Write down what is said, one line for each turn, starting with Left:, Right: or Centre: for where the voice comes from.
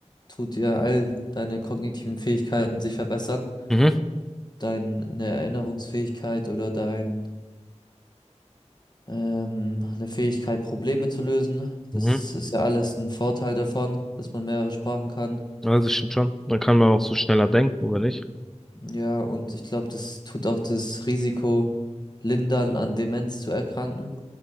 Left: tut dir all deine kognitiven Fähigkeiten sich verbessern.
Centre: Mhm.
Left: Deine Erinnerungsfähigkeit oder dein, ähm, eine Fähigkeit, Probleme zu lösen.
Centre: Mhm.
Left: Das ist ja alles ein Vorteil davon, dass man mehrere Sprachen kann.
Centre: Also stimmt schon. Dann kann man auch so schneller denken, oder nicht?
Left: Ja, und ich glaube, das tut auch das Risiko lindern, an Demenz zu erkranken.